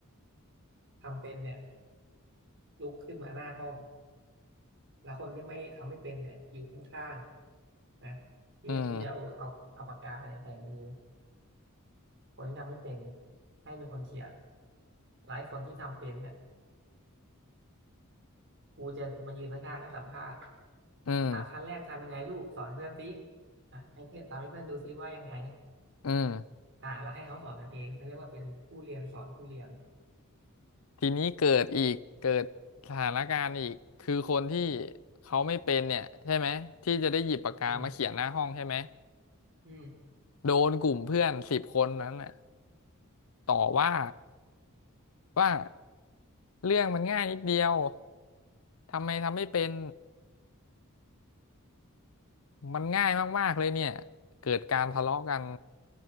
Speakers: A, on the right; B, on the left.
A: ทำเป็นเนี่ยลุกขึ้นมาหน้าห้อง แล้วคนที่ไม่ทำไม่เป็นเนี่ยอยู่ข้าง นะทีเนี้ยกูจะเอาเอาเอาปากกาเนี่ยแฝงมือ
B: อืม
A: คนที่ทำไม่เป็นให้เป็นคนเขียนหลายคนที่ทำเป็นเนี่ยกูจะมายืนข้างๆแล้วสัมภาษณ์
B: อืม
A: อ่ะขั้นแรกทำยังไงลูกสอนเพื่อนสิอ่ะให้เพื่อนทำให้เพื่อนดูซิว่ายังไง
B: อืม
A: อ่ะแล้วให้เขาสอนกันเองเขาเรียกว่าเป็นผู้เรียนสอนผู้เรียน
B: ทีนี้เกิดอีก เกิดสถานการณ์อีกคือคนที่เขาไม่เป็นเนี่ยใช่ไหม ที่จะได้หยิบปากกามาเขียนหน้าห้องใช่ไหม
A: อืมอืม
B: โดนกลุ่มเพื่อนสิบคนนั้นน่ะต่อว่าว่าเรื่องมันง่ายนิดเดียวทำไมทำไม่เป็นมันง่ายมากๆเลยเนี่ยเกิดการทะเลาะกัน